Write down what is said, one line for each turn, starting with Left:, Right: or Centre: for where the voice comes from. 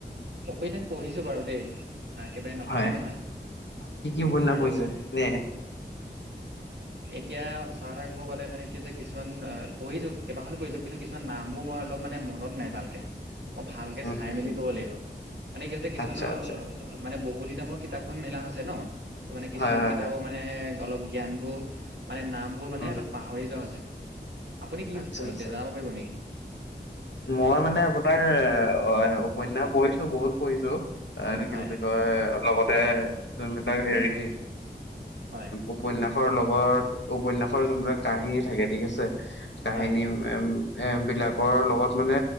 Right: উপন্যাস পঢ়িছো বাৰু দেই, একবাৰে নপঢ়াও
Left: হয়।
Right: নহয়।
Left: কি কি উপন্যাস
Right: আৰু
Left: পঢ়িছে? নে
Right: এতিয়া সঁচা কথা কব গ'লে মানে কি হৈছে কিছুমান অ পঢ়িছো, কেইবাখনো পঢ়িলো। কিন্তু কিছুমান নামবোৰ মই অলপ মানে মনত নাই ভালকে। মই ভালকে
Left: উম
Right: চাই
Left: উম
Right: মেলি
Left: উম
Right: ক'ব লাগিব, মানে কি হৈছে কিছুমানৰ
Left: আচ্ছা আচ্ছা
Right: মানে বহু দিনৰ মোৰত কিতাপ খন মেলা হৈছে ন, ত মানে কিছুমান
Left: হয় হয়
Right: কিতাপৰ
Left: হয়
Right: মানে অলপ জ্ঞানবোৰ মানে নাম বোৰ ৰ মানে
Left: উম।
Right: অলপ পাহৰি যা হৈছে। আপুনি কি
Left: আচ্ছা
Right: পঢ়িছে,
Left: আচ্ছা
Right: জনাব পাৰিব নেকি?
Left: মই মানে আপোনাৰ এ্ উপন্যাস পঢ়িছো বহুত পঢ়িছো, এটো কি
Right: হয়
Left: বুলি কয় কয় লগতে যোনবিলাক হেৰি
Right: হয়
Left: উপন্যাসৰ লগত, উপন্যাসৰ যোনবিলাক কাহিনী থাকে ঠিক আছে, কাহিনী
Right: হয়
Left: এম এ বিলাকৰ লগত মানে